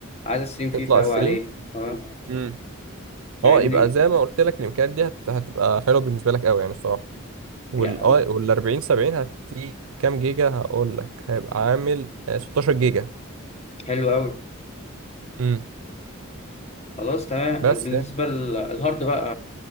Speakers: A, on the left (about 30°); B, on the right (about 70°).
A: عايز استريم فيفا
B: تطلع السليم
A: قوي عليه تمام
B: امم
A: فاهمني
B: اه يبقى زي ما قلت لك الامكانيات دي هت... هتبقى حلوه بالنسبه لك قوي يعني الصراحه والاي
A: يعني
B: وال 40 70 هتلاقيه كام جيجا هقول لك هيبقى عامل آه، 16 جيجا
A: حلو قوي
B: امم
A: خلاص تمام
B: بس
A: بالنسبه
B: يعني
A: للهارد بقى